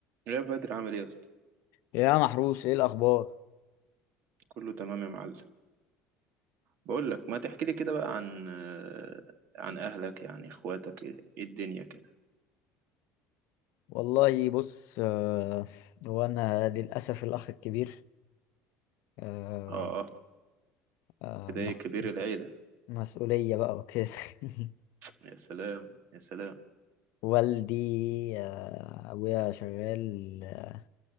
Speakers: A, on the right; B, on the left.
A: يا بدر عامل ايه يا اسطى
B: يا محروس ايه الاخبار
A: كله تمام يا معلم بقول لك ما تحكي لي كده بقى عن آه، عن اهلك يعني اخواتك ايه إيه الدنيا كده
B: والله بص آه، هو انا للاسف الاخ الكبير آه،
A: اه اه
B: آه،
A: كده
B: مس-
A: ايه كبير العيلة
B: مسؤوليه بقى وكده <laughs>
A: يا سلام يا سلام
B: والدي آه، ابويا شغال آه،